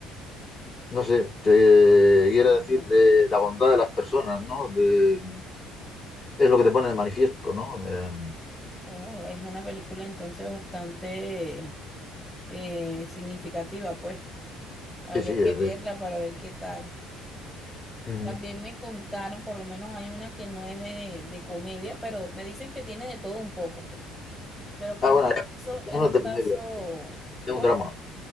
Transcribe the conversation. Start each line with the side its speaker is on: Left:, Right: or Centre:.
Left: no sé, te quiere
Centre: Oh,
Left: decir de la bondad de las personas, ¿no? De, es lo que te pone de manifiesto, ¿no? Eh,
Centre: oh, es una película entonces bastante eh, significativa, pues. Habría
Left: sí, sí, es
Centre: que verla
Left: de-
Centre: para ver qué tal.
Left: Ujú.
Centre: También me contaron, por lo menos hay una que no es de, de comedia, pero me dicen que tiene de todo un poco, pues. pero
Left: Ah,
Centre: que es
Left: bueno,
Centre: un caso,
Left: eso
Centre: es
Left: no
Centre: un
Left: es de
Centre: caso,
Left: comedia, es
Centre: ¿cómo?
Left: un drama,